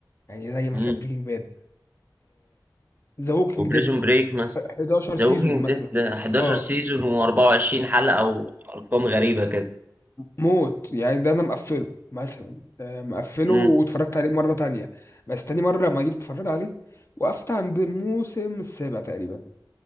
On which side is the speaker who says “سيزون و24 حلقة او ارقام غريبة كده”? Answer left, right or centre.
Right